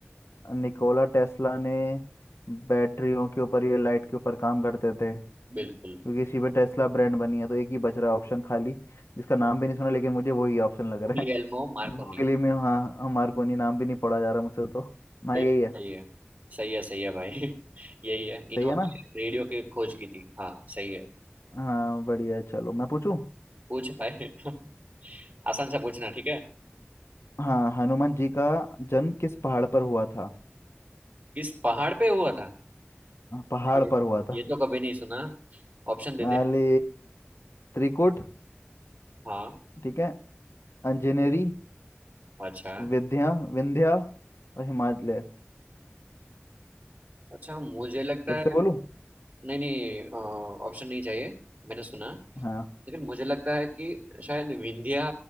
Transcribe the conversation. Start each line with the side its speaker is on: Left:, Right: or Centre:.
Left: निकोला टेस्ला ने बैटरियों के ऊपर या लाइट के ऊपर काम करते थे
Right: बिल्कुल
Left: क्योंकि इसी पे टेस्ला ब्रांड बनी है तो एक ही बच रहा है ऑप्शन खाली जिसका नाम भी नहीं सुना लेकिन मुझे वही ऑप्शन लग रहा
Right: Guglielmo
Left: है
Right: Markovnikov
Left: गूगली में हाँ हमारे को नहीं नाम भी नहीं पढ़ा जा रहा मुझसे तो हाँ
Right: बिल्कुल
Left: यही है
Right: सही है सही है सही है भाई <laughs> यही है इन्होंने
Left: सही है ना
Right: रेडियो की खोज की थी हाँ सही है
Left: हाँ बढ़िया है, चलो मैं पूछूं
Right: पूछ भाई <laughs> आसान सा पूछना ठीक है
Left: हाँ हनुमान जी का जन्म किस पहाड़ पर हुआ था
Right: इस पहाड़ पे हुआ था
Left: हाँ, पहाड़
Right: ये
Left: पर हुआ था
Right: ये तो कभी नहीं सुना ऑप्शन दे दे
Left: अरे त्रिकुट
Right: हाँ
Left: ठीक है अंजनेरी
Right: अच्छा
Left: विद्या विंध्या और हिमालय
Right: अच्छा मुझे लगता
Left: फिर
Right: है
Left: से बोलूं
Right: नहीं नहीं ऑप्शन नहीं चाहिए मैंने सुना
Left: हाँ
Right: लेकिन मुझे लगता है कि शायद विंध्या